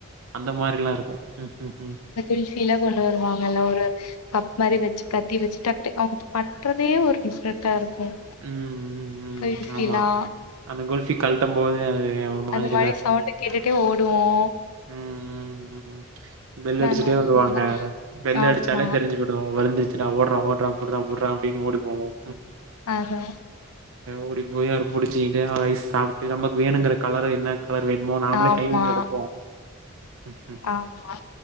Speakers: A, on the right; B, on the left.
A: அந்த மாரிலாம் இருக்கும் ம்ம் உம்
B: மிக்சியில கொண்டு வருவாங்கல்ல ஒரு கப் மாரி வச்சு கத்தி வச்சுட் டக்டக் அவுங்க பண்றதே ஒரு டிஃப்ரெண்ட்டா இருக்கும்
A: ம். ம், ம்.
B: பென்சிலா
A: ஆமா. அந்த <unintelligible>
B: அந்த மாரி
A: இருக்கும்.
B: சவுண்ட் கேட்டுட்டே ஓடுவோம்
A: ம் ம் ம் பெல்
B: நல்லா
A: அடிச்சுட்டே
B: இருக்கு
A: வருவாங்க
B: அதெல்லா
A: பெல்
B: ஆமா
A: அடிச்சாலே தெரிஞ்சு போயிடும் வந்துச்சுடா ஓட்றா ஓட்றா புட்றா புட்றா அப்படின்னு ஓடி போவோம்
B: அதா
A: ஓடி போய் அவர பிடிச்சிக்கிட்டு ஐஸ் சாப்ட்டு நமக்கு வேணுங்கிற கலர என்ன கலர் வேணுமோ நாமளே
B: ஆமா
A: கை விட்டு எடுப்போம் ம் ம்
B: ஆமா